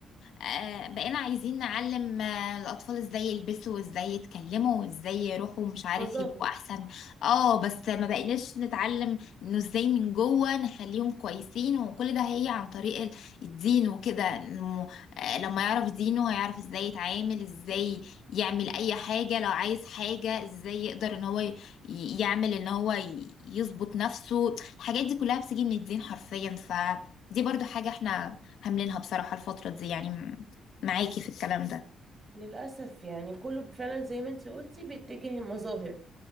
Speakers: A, on the left; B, on the right.
A: آه، بقينا عايزين نعلم آه، الأطفال ازاي يلبسوا وازاي يتكلموا وازاي يروحوا مش عارف
B: مظاهر
A: يبقوا أحسن اه بس ما بقيناش نتعلم انه ازاي من جوه نخليهم كويسين وكل ده هي عن طريق ال- الدين وكده إنه، آه، لما يعرف دينه هيعرف ازاي يتعامل ازاي يعمل أي حاجة لو عايز حاجة ازاي يقدر ان هو ي- يعمل ان هو ي- يظبط نفسه الحاجات دي كلها بتيجي من الدين حرفيا ف دي برضو حاجة احنا هاملينها بصراحة الفترة دي يعني م- معاكي في الكلام ده
B: للأسف يعني كله فعلا زي ما انتي قلتي بيتجه المظاهر